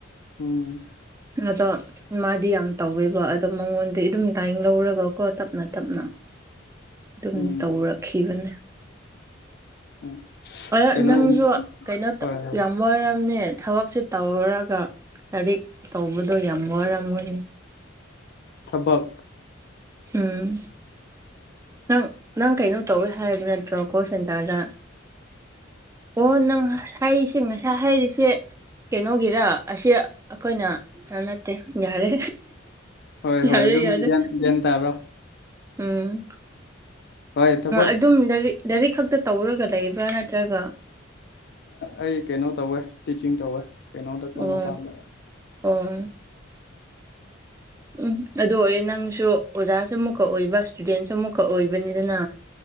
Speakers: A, on the left (about 55°); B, on the right (about 15°).
A: ꯎꯝ
B: ꯑꯗꯣ ꯃꯥꯗꯤ ꯌꯥꯝ ꯇꯧꯋꯦꯕ ꯑꯗꯣ ꯃꯉꯣꯟꯗ ꯑꯗꯨꯝ ꯂꯥꯏꯟ ꯂꯧꯔꯒꯀꯣ ꯇꯞꯅ ꯇꯞꯅ ꯑꯗꯨꯝ
A: ꯎꯝ
B: ꯇꯧꯔꯛꯈꯤꯕꯅꯦ
A: ꯎꯝ
B: ꯑ
A: ꯀꯩꯅꯣꯒꯨꯝ
B: ꯅꯪꯁꯨ ꯀꯩꯅꯣ
A: ꯍꯣꯏ ꯍꯣꯏ
B: ꯌꯥꯝ ꯋꯥꯔꯝꯅꯦ ꯊꯕꯛꯁꯦ ꯇꯧꯔꯒꯥ ꯂꯥꯏꯔꯤꯛ ꯇꯧꯕꯗꯣ ꯌꯥꯝ ꯋꯥꯔ ꯑꯣꯏꯅꯦ
A: ꯍꯧꯕꯛ
B: ꯎꯝ ꯅꯪ ꯅꯪ ꯀꯩꯅꯣ ꯇꯧꯋꯦ ꯍꯥꯏꯅꯤꯅ ꯭ꯔꯣ ꯀꯣ ꯁꯦꯟꯇꯔꯗꯥ ꯑꯣ ꯅꯪ ꯍꯩꯁꯤꯡ ꯉꯁꯥ ꯍꯩꯔꯤꯁꯦ ꯀꯩꯅꯣꯒꯤꯔ ꯑꯁꯤ ꯑꯩꯈꯣꯏꯅꯥ ꯅꯠꯇꯦ ꯌꯥꯔꯦ
A: ꯍꯣꯏ ꯍꯣꯏ
B: ꯌꯥꯔꯦ
A: ꯑꯗꯨꯝꯟ
B: ꯌꯥꯔꯦ
A: ꯒ꯭ꯌꯥꯟ ꯇꯥꯔꯣ
B: ꯎꯝ
A: ꯍꯣꯏ ꯊꯕꯛ
B: ꯑꯗꯨꯝ ꯂꯥꯏꯔꯤꯛ ꯂꯥꯏꯔꯤꯛ ꯈꯛꯇ ꯇꯧꯔꯒ ꯂꯩꯕ꯭ꯔꯥ ꯅꯠꯇ꯭ꯔꯒ
A: ꯑꯩ ꯀꯩꯅꯣ ꯇꯧꯋꯦ ꯇꯤꯆꯤꯡ ꯇꯧꯋꯦ ꯀꯩꯅꯣ ꯇꯄ
B: ꯑꯣ
A: ꯃꯄꯥꯟꯗ
B: ꯑꯣ
A: <unintelligible>
B: ꯎꯝ ꯑꯗꯨ ꯑꯣꯏꯔꯦ ꯅꯪꯁꯨ ꯑꯣꯖꯥꯁꯨ ꯑꯃꯨꯛꯀ ꯑꯣꯏꯕ ꯏꯁꯇꯨꯗꯦꯟꯁꯨ ꯑꯃꯨꯛꯀ ꯑꯣꯏꯕꯅꯤꯗꯅ